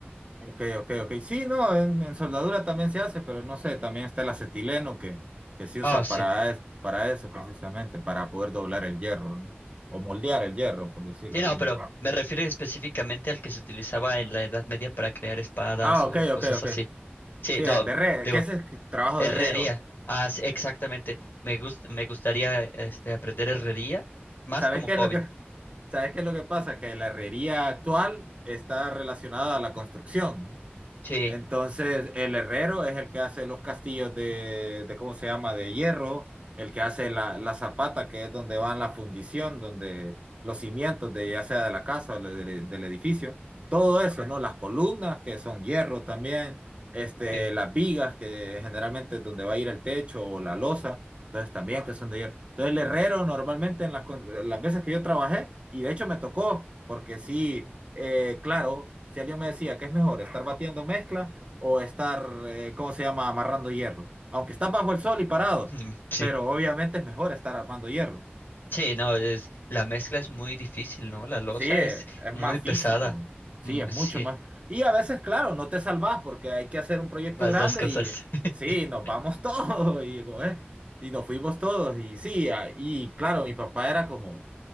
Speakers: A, on the right; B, on the left.
A: Ok, ok, ok. Sí, no, en, en soldadura también se hace, pero no sé, también está el acetileno que, que se
B: Ah,
A: usa
B: sí.
A: para, es- para eso precisamente, para poder doblar el hierro, ¿no? O moldear el hierro, por decirlo
B: Sí,
A: de
B: no,
A: alguna
B: pero
A: forma.
B: me refiero específicamente al que se utilizaba en la Edad Media para crear espadas
A: Ah,
B: o
A: ok,
B: cosas
A: ok, ok.
B: así. Sí,
A: Sí,
B: no,
A: el de herrero,
B: digo,
A: que ese es el trabajo
B: Herrería,
A: de herrero.
B: ah, sí, exactamente.
A: Sí.
B: Me gust- me gustaría este, aprender herrería más
A: ¿Sabes
B: como
A: qué
B: hobby.
A: es lo que, <laughs> sabes qué es lo que pasa? Que la herrería actual está relacionada a la construcción, ¿no?
B: Sí,
A: Entonces, el herrero es el que hace los castillos de, de ¿cómo se llama? De hierro, el que hace la, la zapata, que es donde van la fundición, donde los cimientos de ya sea de la casa o de- de- del edificio, todo eso, ¿no? Las columnas que son hierro también, este,
B: sí,
A: las vigas que generalmente es donde va a ir el techo o la losa, entonces también que son de hierro. Entonces, el herrero normalmente en las, con- las veces que yo trabajé, y de hecho me tocó, porque sí eh, claro, si alguien me decía que es mejor estar batiendo mezcla o estar, eh, ¿cómo se llama?, amarrando hierro. Aunque estás bajo el sol y parado,
B: mm, sí.
A: pero obviamente es mejor estar armando hierro.
B: Sí, no, es, la mezcla es muy difícil, ¿no? La loza
A: Sí, eh,
B: es
A: es
B: muy
A: más
B: pesada.
A: físico, sí,
B: Mm,
A: es
B: Sí,
A: mucho más. Y a veces, claro, no te salvás porque hay que hacer un proyecto
B: las
A: grande
B: dos cosas.
A: y eh,
B: <laughs>
A: sí, nos vamos <laughs> todos y, como es, y nos fuimos todos. Y sí, ah, y claro, mi papá era como,